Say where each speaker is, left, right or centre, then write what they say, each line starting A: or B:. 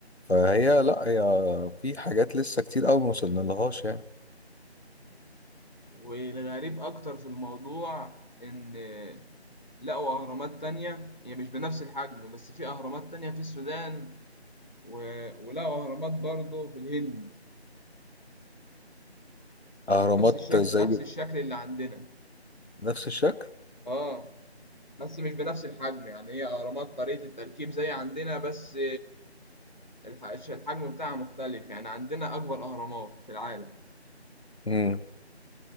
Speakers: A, on the left (about 70°); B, on the left (about 45°).
A: فهي لا هي في حاجات لسه كتير قوي ما وصلنا لهاش يعني
B: والغريب أكتر في الموضوع إن لقوا أهرامات تانية هي مش بنفس الحجم بس في أهرامات تانية في السودان و... ولقوا أهرامات برضو في الهند
A: اهرامات
B: نفس الشكل
A: زي
B: نفس الشكل اللي عندنا
A: نفس الشكل
B: اه بس مش بنفس الحجم يعني هي أهرامات طريقة التركيب زي عندنا بس الح- الحجم بتاعها مختلف يعني عندنا أكبر أهرامات في العالم
A: مم.